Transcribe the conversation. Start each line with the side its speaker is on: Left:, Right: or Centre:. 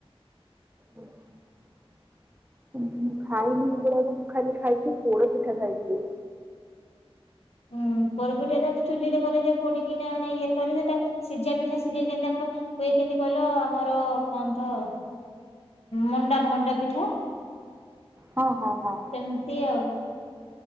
Right: ଆଚ୍ଛା। ମୁଁ ଖାଇନି ଏଇଗୁଡାକ ମୁଁ ଖାଲି ଖାଇଛି ପୋଡ ପିଠା ଖାଇଛି। <inaudible>
Left: ହୁଁ ପୋରପିଠାଟା ତ ଚୁଲିରେ କରାଯାଏ ପୋଡିକିନା ମାନେ ଇଏରେ ସେ ସିଝା ପିଠା ସିଝେଇ ଯେନ୍ତି ଆମର ହୁଏ କେମିତି କହିଲ ଆମର କଣ ତ ମଣ୍ଡା ମଣ୍ଡା ପିଠା ସେମିତି
Right: ହଁ ହଁ ହଁ।
Left: ଆଉ।